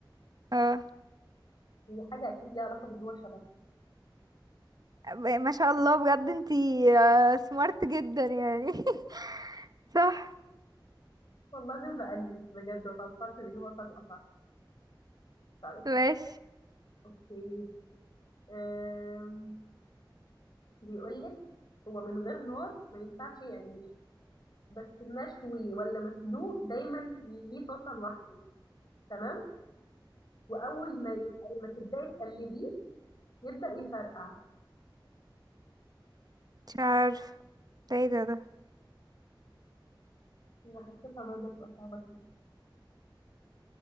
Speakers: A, on the right; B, on the left.
A: اه
B: هي حاجة اكيد ليها علاقة بان هو شبك
A: ب- ما شاء الله بجد انتي آه، سمارت جدا يعني <laughs> صح
B: والله زي ما بقلب بجد ما توصلش الاجابة تبقى صح طيب
A: ماشي
B: اوكي آم، بيقول لك هو من غير نار ما ينفعش يعيش بس مشوي ولا مسلوق دايما ليه طاسه لوحده تمام واول ما يت... ما تبداي تقلبيه يبدا يفرقع
A: مش عارفه ده ايه ده ده
B: انا حسيتها برضه تبقى صعبه فيه